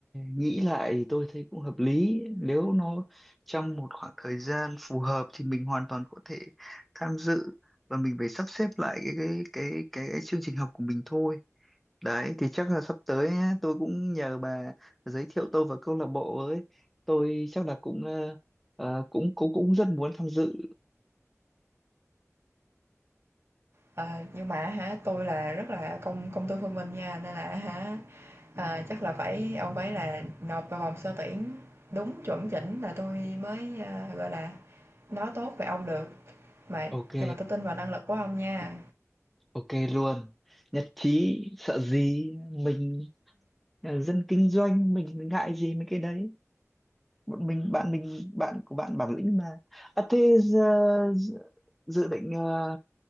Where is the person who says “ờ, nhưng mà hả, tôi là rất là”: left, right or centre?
Right